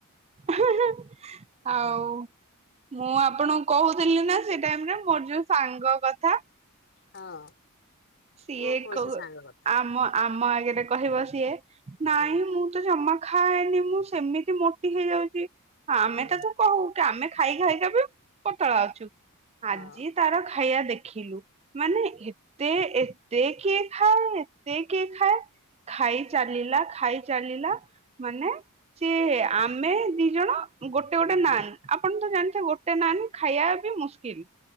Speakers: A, on the right; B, on the left.
A: ହୁଁ ହୁଁ ଆଉ
B: ହୁଁ
A: ମୁଁ ଆପଣଙ୍କୁ କୋହୁଥିଲି ନାଁ ସେ ଟାଇମରେ ମୋର ଯୋଉ ସାଙ୍ଗ କଥା।
B: ହଁ।
A: ସିଏ
B: କୁହ କୁହ
A: କୋଉ
B: ସେ ସାଙ୍ଗ କଥା
A: ଆମ ଆମ ଏପଟେ କହିବ ସିଏ ନାଇଁ
B: ହୁଁ
A: ମୁଁ ତ ଜମା ଖାଏନି ମୁଁ ସେମିତି ମୋଟି ହେଇଯାଉଚି। ଆମେ
B: ହୁଁ
A: ତାକୁ କହୁ କି ଆମେ ଖାଇ ଖାଇକା ବି ପତଳା ଅଛୁ।
B: ହଁ।
A: ଆଜି ତାର ଖାଇଆ ଦେଖିଲୁ? ମାନେ ଏତେ ଏତେ କିଏ ଖାଏ? ଏତେ କିଏ ଖାଏ? ଖାଇ ଚାଲିଲା ଖାଇ ଚାଲିଲା ମାନେ ସିଏ ଆମେ ଦି ଜଣ ଗୋଟେ
B: ହୁଁ
A: ଗୋଟେ
B: ହୁଁ
A: ନାନ୍ ଆପଣ ତ ଜାନ୍ ସେ ଗୋଟେ ନାନ୍ ଖାଇଆ ବି ମୁସ୍କିଲ